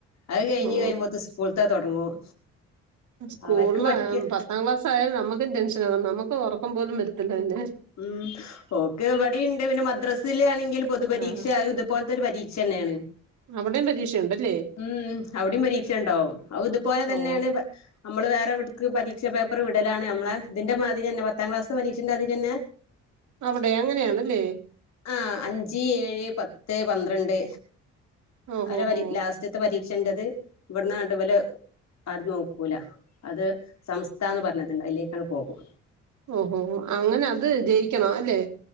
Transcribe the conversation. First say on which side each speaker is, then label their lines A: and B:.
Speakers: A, on the left; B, on the right.
A: അത് കഴിഞ്ഞ്
B: ഓ
A: കഴിയുമ്പോത്ത് സ്കൂൾത്തെ തൊടങ്ങും
B: സ്കൂളില്
A: അവർക്ക് പഠിക്ക
B: പത്താം ക്ലാസ് ആയാല് നമുക്കും ടെൻഷനാ നമുക്ക് ഉറക്കം പോലും വരത്തില്ല പിന്നെ
A: ഉം ഓൾക്ക് ഇവടിണ്ട് പിന്നെ മദ്രസ് ത്തിൽ ആണെങ്കി ങ്കിൽ പൊതുപരീക്ഷ
B: ആഹ്
A: ഇതുപോലത്തെ ഒരു പരീക്ഷ തന്നെയാണ്
B: അവിടെയും പരീക്ഷയുണ്ടല്ലേ
A: ഉം അവിടയും പരീക്ഷ ഉണ്ടാവും അ ഇതുപോലെ തന്നെയാണ്
B: ഓഹ്
A: നമ്മള് വേറെവിട് പരീക്ഷാ പേപ്പർ വിടലാണ് നമ്മളെ ഇതിന്റെ മാതിരി തന്നെ പത്താം ക്ലസ് പരീക്ഷന്റെ ആതിരി തന്നെ
B: അവിടെ അങ്ങനെയാണല്ലേ
A: ആഹ് അഞ്ച് ഏഴ് പത്ത് പന്ത്രണ്ട്
B: ഓഹോ
A: അന പ്രീ
B: ഹോ
A: ലാസ്റ്റ്ത്തെ പരീക്ഷ എന്റെത് ഇവിടുന്ന ആണ്ടു <unintelligible> അത് നോക്കൂല അത് സമസ്ഥ പറഞ്ഞ അയിലേ അങ്ങന പോകും
B: ഊ ഊ ന അങ്ങനെ അത് ജയിക്കണം അല്ലെ